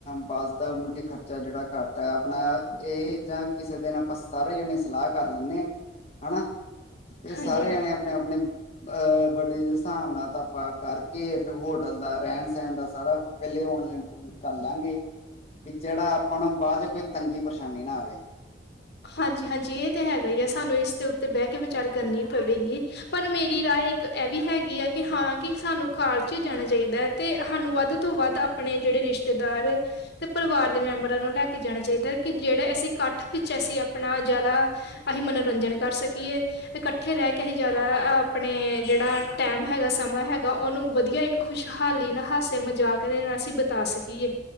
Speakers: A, on the left; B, on the left.
A: ਬੱਸ ਦਾ ਮਤਲਬ ਕੀ ਖਰਚਾ ਜਿਹੜਾ ਘੱਟ ਹੈ। ਆਪਣਾ ਇਹ ਜਾਂ ਕਿਸੇ ਦਿਨ ਆਪਾਂ ਸਾਰੇ ਜਾਣੇ ਸਲਾਹ ਕਰ ਲੈਂਦੇ ਆ ਹੈਨਾ ਫ ਸਾਰੇ
B: ਹਾਂਜੀ
A: ਜਾਣੇ ਆਪਣੇ-ਆਪਣੇ ਅਹ ਵੱਡੇ ਹਿਸਾਬ ਨਾਲ ਤਾਂ ਆਪ ਕਰਕੇ ਹੋਟਲ ਦਾ ਰਹਿਣ ਸਹਿਣ ਦਾ ਸਾਰਾ ਪਹਿਲੇ ਔਨਲਾਈਨ ਪੂਰੀ ਕਰ ਲਾਂਗੇ ਕਿ ਜਿਹੜਾ ਆਪਾਂ ਬਾਅਦ ਚ ਕੋਈ ਤੰਗੀ ਪਰੇਸ਼ਾਨੀ ਨਾ ਆਵੇ
B: ਹਾਂਜੀ-ਹਾਂਜੀ ਇਹ ਤੇ ਹੈਗਾ ਹੀ ਆ ਸਾਨੂੰ ਇਸ ਦੇ ਉੱਤੇ ਬਹਿ ਕੇ ਵਿਚਾਰ ਕਰਨੀ ਪਵੇਗੀ ਪਰ ਮੇਰੀ ਰਾਜ ਇੱਕ ਇਹ ਵੀ ਹੈਗੀ ਆ ਕਿ ਹਾਂ ਕਿ ਸਾਨੂੰ ਕਾਰ ਚ ਹੀ ਜਾਣਾ ਚਾਹੀਦਾ ਹੈ ਤੇ ਸਾਨੂੰ ਵੱਧ ਤੋਂ ਵੱਧ ਆਪਣੇ ਜਿਹੜੇ ਰਿਸ਼ਤੇਦਾਰ ਤੇ ਪਰਿਵਾਰ ਦੇ ਮੈਂਬਰਾਂ ਨੂੰ ਲੈ ਕੇ ਜਾਣਾ ਚਾਹੀਦਾ ਕਿ ਜਿਹੜੇ ਅਸੀਂ ਇਕੱਠ ਅਸੀਂ ਆਪਣਾ ਜਿਆਦਾ ਅਸੀਂ ਮਨੋਰੰਜਨ ਕਰ ਸਕੀਏ ਇਕੱਠੇ ਰਹਿ ਕੇ ਅਸੀਂ ਜਿਆਦਾ ਆਪਣੇ ਆਪਣੇ ਜਿਹੜਾ ਟੈਮ ਹੈਗਾ ਸਮਾਂ ਹੈਗਾ ਉਹਨੂੰ ਵਧੀਆ ਇੱਕ ਖੁਸ਼ਹਾਲੀ ਨਹਾਸੇ ਮਜਾਕ ਦੇ ਨਾਲ ਅਸੀਂ ਬਿਤਾ ਸਕੀਏ